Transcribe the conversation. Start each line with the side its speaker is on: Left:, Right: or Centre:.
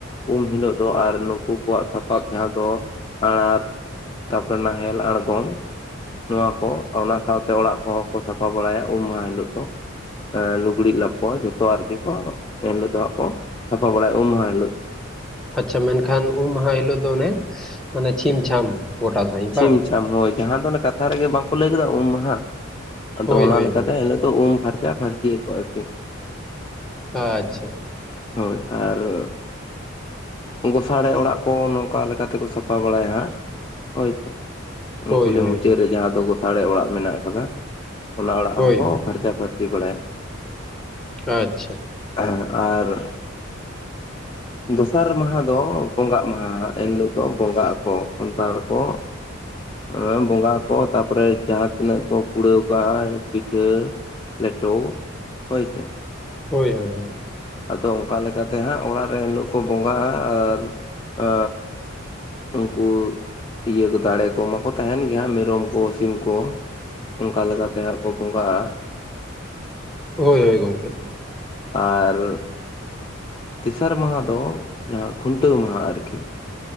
Left: ᱩᱢ ᱦᱤᱞᱳᱜ ᱫᱚ ᱟᱨ ᱱᱩᱠᱩ ᱠᱚᱣᱟᱜ ᱥᱟᱯᱟᱵ ᱡᱟᱦᱟᱸ ᱫᱚ ᱟᱬᱟᱨ ᱼᱼ ᱛᱟᱯᱚᱨ ᱱᱟᱦᱮᱞ ᱟᱬᱜᱚᱢ ᱱᱚᱣᱟ ᱠᱚ ᱚᱱᱟ ᱼᱼ ᱥᱟᱶᱛᱮ ᱚᱲᱟᱜ ᱠᱚᱦᱚᱸ ᱠᱚ ᱥᱟᱯᱷᱟ ᱵᱟᱲᱟᱭᱟ ᱩᱢ ᱢᱟᱦᱟ ᱦᱤᱞᱳᱜ ᱫᱚ ᱾ ᱞᱩᱜᱽᱲᱤᱡ ᱞᱟᱯᱚ ᱡᱚᱛᱚ ᱟᱨᱠᱤ ᱠᱚ ᱮᱱᱦᱤᱞᱳᱜ ᱫᱚ ᱦᱟᱸᱜ ᱠᱚ ᱥᱟᱯᱷᱟ ᱵᱟᱲᱟᱭᱟ ᱩᱢ ᱢᱟᱦᱟ ᱦᱤᱞᱳᱜ ᱫᱚ ᱾
Centre: ᱟᱪᱪᱷᱟ ᱢᱮᱱᱠᱷᱟᱱ ᱩᱢ ᱢᱟᱦᱟ ᱦᱤᱞᱳᱜ ᱫᱚ ᱚᱱᱮ ᱢᱟᱱᱮ ᱪᱷᱤᱢ ᱪᱷᱟᱢ ᱜᱚᱴᱟ ᱥᱟᱺᱦᱤᱡ
Left: ᱥᱤᱢ
Centre: ᱵᱟᱝ ᱾
Left: ᱦᱳᱭ ᱡᱟᱦᱟᱸ ᱫᱚ ᱚᱱᱮ ᱠᱟᱛᱷᱟ ᱨᱮ ᱜᱮ ᱵᱟᱠᱚ ᱞᱟᱹᱭ ᱠᱟᱫᱟ ᱩᱢ ᱢᱟᱦᱟ ᱟᱫᱚ
Centre: ᱦᱳᱭ
Left: ᱚᱱᱟ
Centre: ᱦᱳᱭ
Left: ᱞᱮᱠᱟᱛᱮ
Centre: ᱦᱳᱭ
Left: ᱼᱼ ᱩᱢ ᱯᱷᱟᱨᱪᱟ ᱯᱷᱟᱨᱪᱤ ᱟᱠᱚ ᱟᱨᱠᱤ ᱾
Centre: ᱟᱪᱪᱷᱟ ᱾
Left: ᱦᱳᱭ ᱟᱨ ᱼᱼ ᱜᱚᱥᱟᱬᱮ ᱚᱲᱟᱜ ᱠᱚ ᱱᱚᱝᱠᱟ ᱞᱮᱠᱟ ᱛᱮ ᱠᱚ ᱥᱟᱯᱷᱟ ᱵᱟᱲᱟᱭᱟ ᱦᱟᱸᱜ ᱼᱼ ᱦᱳᱭᱛᱳ ᱴ
Centre: ᱦᱳᱭ
Left: ᱠᱩᱞᱦᱤ
Centre: ᱦᱳᱭ
Left: ᱢᱩᱪᱟᱹᱫ
Centre: ᱦᱳᱭ
Left: ᱨᱮ ᱡᱟᱦᱟᱸ ᱫᱚ ᱜᱚᱥᱟᱬᱮ ᱚᱲᱟᱜ ᱢᱮᱱᱟᱜ ᱠᱟᱫᱟ ᱾ ᱚᱱᱟ ᱚᱲᱟᱜ
Centre: ᱦᱳᱭ
Left: ᱦᱚᱸᱠᱚ
Centre: ᱦᱳᱭ
Left: ᱯᱷᱟᱨᱪᱟ ᱯᱷᱟᱹᱨᱪᱤ ᱵᱟᱲᱟᱭᱟ ᱾
Centre: ᱟᱪᱪᱷᱟ ᱾
Left: ᱦᱮᱸ ᱟᱨ ᱼᱼ ᱫᱚᱥᱟᱨ ᱢᱟᱦᱟ ᱫᱚ ᱵᱚᱸᱜᱟᱜ ᱢᱟᱦᱟᱟᱸᱜ ᱮᱱᱦᱤᱞᱳᱜ ᱫᱚ ᱵᱚᱸᱜᱟᱜ ᱟᱠᱚ ᱥᱟᱱᱛᱟᱲ ᱚ ᱦᱚ ᱵᱚᱸᱜᱟ ᱠᱚ ᱛᱟᱨᱯᱚᱨᱮ ᱡᱟᱦᱟᱸ ᱛᱤᱱᱟᱹᱜ ᱠᱚ ᱠᱩᱲᱟᱹᱣ ᱠᱟᱜᱼᱟ ᱯᱤᱴᱷᱟᱹ ᱞᱮᱴᱚ ᱦᱳᱭ ᱥᱮ
Centre: ᱦᱳᱭ ᱦᱳᱭ ᱦᱳᱭ
Left: ᱟᱫᱚ ᱚᱱᱠᱟ ᱞᱮᱠᱟᱛᱮ ᱦᱟᱸᱜ ᱚᱲᱟᱜ ᱮᱱ ᱦᱤᱞᱳᱜ ᱠᱚ ᱵᱚᱸᱜᱟᱜᱼᱟ ᱟᱨ ᱟ ᱩᱱᱠᱩ ᱤᱭᱟᱹ ᱠᱚ ᱫᱟᱲᱮ ᱠᱚ ᱢᱟᱠᱚ ᱛᱟᱦᱮᱱ ᱜᱮᱭᱟ ᱦᱟᱸᱜ ᱢᱮᱨᱚᱢ ᱠᱚ ᱥᱤᱢ ᱠᱚ ᱚᱱᱠᱟ ᱞᱮᱠᱟ ᱛᱮᱦᱟᱸᱜ ᱠᱚ ᱵᱚᱸᱜᱟᱜᱼᱟ
Centre: ᱦᱳᱭ ᱦᱳᱭ ᱜᱚᱢᱠᱮ
Left: ᱟᱨ ᱛᱮᱥᱟᱨ ᱢᱟᱦᱟ ᱫᱚ ᱡᱟᱦᱟᱸ ᱠᱷᱩᱱᱴᱟᱹᱣ ᱢᱟᱦᱟ ᱟᱨᱠᱤ